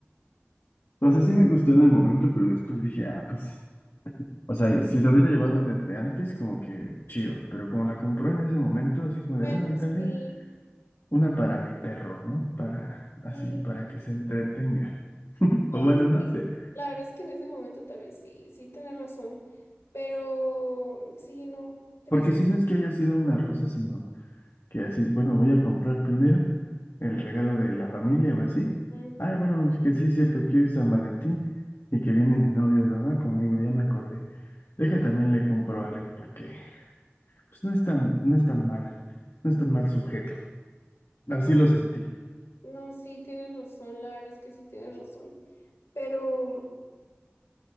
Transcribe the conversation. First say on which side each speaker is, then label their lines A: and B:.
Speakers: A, on the left (about 65°); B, on the left (about 85°).
A: O sea, sí me gustó en el momento, pero después dije, ah, pues O sea, si lo hubiera llevado desde antes, como que chido, pero como la compró en ese momento, así como
B: Bueno,
A: de, bueno, y también
B: sí,
A: una para mi perro, ¿no? Para, así,
B: sí.
A: para que se entretenga. <laughs>
B: No,
A: O bueno, no sé.
B: la verdad es que en ese momento tal vez sí, sí tienes razón. Pero sí, no, tienes
A: Porque
B: un...
A: si no es que haya sido una rosa, sino que así, bueno, voy a comprar primero el regalo de la familia o así.
B: mm,
A: Ay, bueno, pues que sí es cierto que hoy es San Valentín y que viene mi novio, ¿verdad? Conmigo, ya me acordé. Deja también le compro algo, porque pues no es tan, no es tan mal, no es tan mal sujeto. Así
B: No,
A: lo sentí.
B: no, sí tienes razón, la verdad es que sí tienes razón. Pero